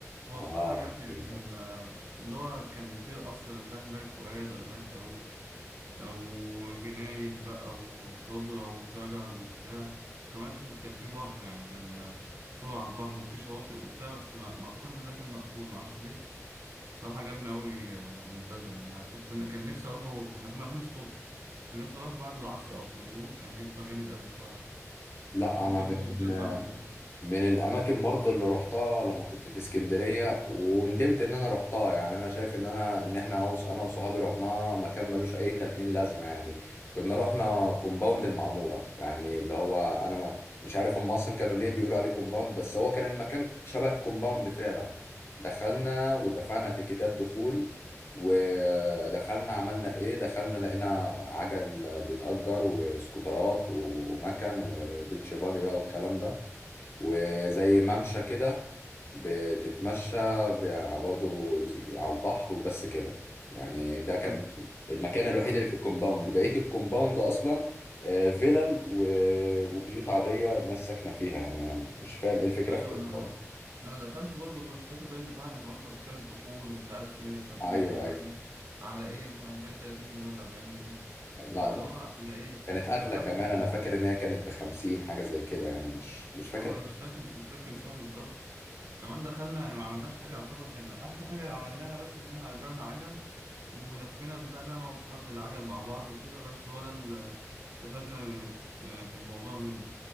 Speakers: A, on the right; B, on the left.
A: هو
B: آه
A: الصراحة عجبني يعني
B: فهمتك
A: كان آه، اللي هو كان فيه القصر مش عارف ملك فؤاد ولا ملك فاروق أو جناين بقى وخضرة وشجر وبتاع كمان كان فيه بحر يعني كان آه، صور على البحر وفيه شواطئ وبتاع بس ما ما كل ده كان مقفول معرفش ليه الصراحة عجبني أوي آه، المنتزه يعني أنا كنت كان نفسي أروحه إحنا كنا رايحين الصبح كان نفسي أروحه بعد العصر أو في الغروب كان هيبقى جامد أوي الصراحة
B: لا
A: ممكن
B: أنا من
A: المرة الجاية بعمل كده
B: من الاماكن برضو اللي روحتها لما كنت في اسكندريه وندمت ان انا روحتها يعني انا شايف ان انا ان احنا عاوز انا وصحابي روحناها مكان ملوش اي 30 لازمه يعني كنا روحنا كومباوند المعموره يعني اللي هو انا ما مش عارف هم اصلا كانوا ليه بيقولوا عليه كومباوند بس هو كان المكان شبه كومباوند فعلا دخلنا ودفعنا تيكيتات دخول ودخلنا عملنا ايه دخلنا لقينا عجل بيتأجر وسكوترات ومكن وبيتش باجي بقى والكلام ده وزي ممشى كده بتتمشى ب- برضه زي- على البحر وبس كده يعني ده كان
A: أنا
B: المكان الوحيد
A: أنا
B: اللي في الكومباوند بقية الكومباوند أصلا آه، فيلل و- وبيوت عادية الناس ساكنة فيها يعني أنا مش فاهم إيه الفكرة
A: أيوه
B: في كده
A: أنا
B: برضه.
A: أنا دخلت برضه مش فاكر باين دفعنا كمان تذكرة دخول ومش عارف إيه طب
B: أيوه
A: ليه ده كله
B: أيوه
A: على إيه مش عارف باين 30 جنيه ولا 40 جنيه
B: لا
A: فاللي
B: ده
A: هو على
B: كانت
A: إيه ودخلت
B: أغلى كمان أنا فاكر إن هي كانت بخمسين حاجة زي كده يعني مش مش فاكر
A: هو انا مش فاكر مش متذكر الساعه بالظبط وكمان دخلنا يعني ما عملناش حاجه يعتبر كان احسن حاجه عملناها بس ان احنا اجرنا عجل ولفينا البتاع ده انا واصحابي بالعجل مع بعض وكده بس هو ده اللي استفدنا ب- آه، بالموضوع منه